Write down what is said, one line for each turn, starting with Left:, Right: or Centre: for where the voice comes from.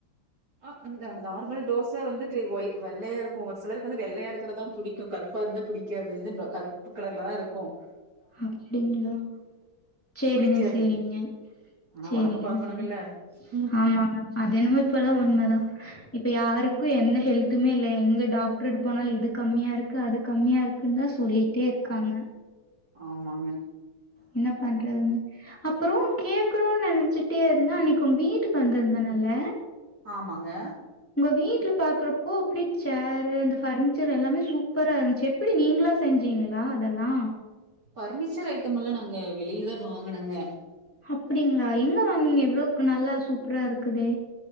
Right: ஆ அந் த நார்மல் தோச வந்துட்டு ஒய் வெள்ளையா இருக் க்கோ ஒரு சிலருக்கு வந்து வெள்ளையா இருக்குறதா புடிக்கு கருப்பா இருந்தா புடிக்காது <unintelligible> கருப்பு கலர்ல தா இருக்கும்
Centre: அப்டிங்களா சேரிங்க
Right: புடிக்காது
Centre: சேரிங்க
Right: ஆனா
Centre: சேரிங்க
Right: ஒடம்ப பாக்கணுமில்ல
Centre: செர்.,
Right: ம்
Centre: ஆமாங்க., அதென்னமோ இப்பெல்லா உண்மதா. இப்ப யாருக்கு எந்த ஹெல்த்துமே இல்ல, எங்க டாக்ட்டர்ட போனாலு இது கம்மியா இருக்கு அது கம்மியா இருக்குன்னு தா சொல்லிட்டே இருக்காங்க
Right: ஆமாங்க
Centre: என்ன பண்றதுங்க, அப்புறோ கேக்குணுன் நினைச்சுட்டே இருந்தே அன்னைக்கு உங்க வீட்டுக்கு வந்திருந்தேனல்ல
Right: ஆமாங்க
Centre: இப்ப வீட்டுல பாக்குறப்போ அப்டி சேரு இந்த பர்னிச்சர் எல்லாமே சூப்பரா இருந்துச்சு, எப்டி நீங்களா செஞ்சீங்களா? அதெல்லா
Right: பர்னிச்சர் ஐட்டம் எல்லா நாங்க வெளியிலதா வாங்கனங்க
Centre: அப்படிங்களா எங்க வாங்னீங்க இவ்ளோக் நல்லா சூப்பரா இருக்குதே!